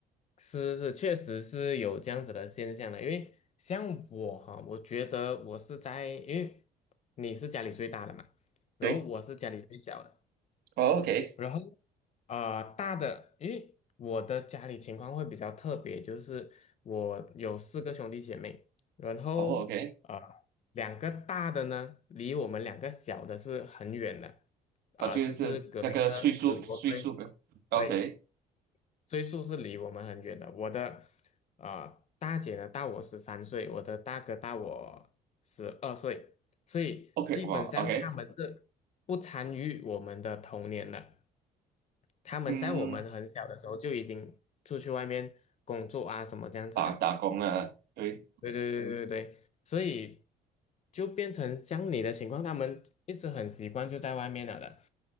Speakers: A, on the left (about 40°); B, on the right (about 70°).
A: 是是，确实是有这样子的现象的。因为像我哈，我觉得我是在，因为你是家里最大的嘛，然后我是家里最小的，
B: 对，哦，OK，
A: 然后呃大的，因为我的家里情况会比较特别，就是我有四个兄弟姐妹，然后呃
B: 哦，OK，
A: 两个大的呢，离我们两个小的是很远的，
B: 啊，
A: 啊、
B: 就是那个岁数岁数的，OK，OK，
A: 就是隔一个十多岁。对，岁数是离我们很远的。我的呃大姐呢大我十三岁，我的大哥大我十二岁，所以基本上他们是不参与我们的童年的。
B: 哇，OK，
A: 他们在我们很小的时候就已经出去外面工作啊什么这样子了。
B: 嗯，打打工了，对，
A: 对对对对对，所以就变成像你的情况，他们一直很习惯就在外面了的，